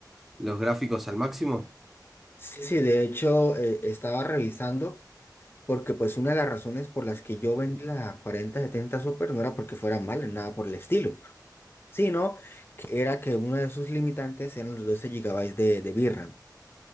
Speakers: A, in the centre; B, on the left (about 30°).
A: los gráficos al máximo?
B: Sí, sí, de hecho, eh, estaba revisando porque pues una de las razones por las que yo vendí la cuarenta setenta Super no era porque fuera mala, nada por el estilo, sino que era que uno de sus limitantes eran los 12 gigabytes de, de VRAM.